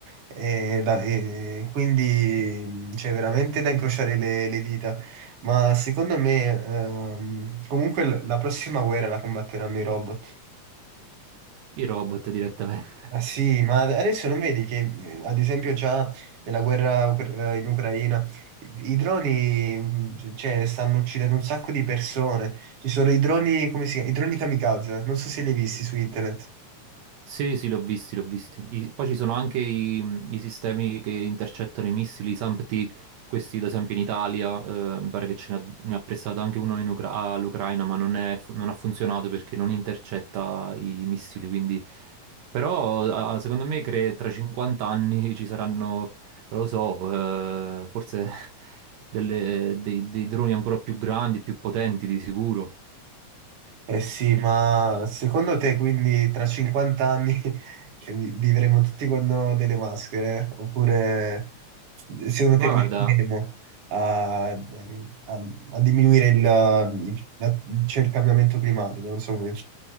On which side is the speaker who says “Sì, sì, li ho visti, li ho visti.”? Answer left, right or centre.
Right